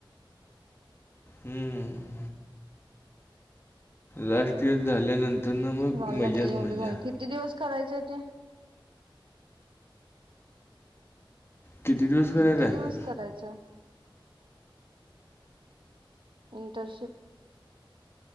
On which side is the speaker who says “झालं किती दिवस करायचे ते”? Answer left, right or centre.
Right